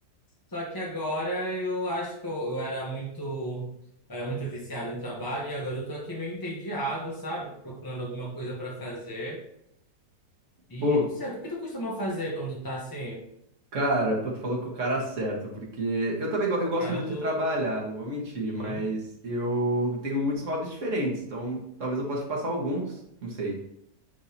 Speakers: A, on the left; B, on the right.
A: Só que agora eu acho que eu, eu era muito. eu era muito viciado em trabalho e agora eu tô aqui meio entediado, sabe? Procurando alguma coisa pra fazer. E
B: Pô,
A: não sei, o que que tu costuma fazer quando tu tá assim?
B: cara, pô, tu falou com o cara certo, porque eu também go- eu gosto
A: Cara
B: muito
A: do.
B: de trabalhar, não vou mentir,
A: Uhum.
B: mas
A: O
B: eu tenho muitos hobbies diferentes, então talvez eu possa te passar alguns, não sei.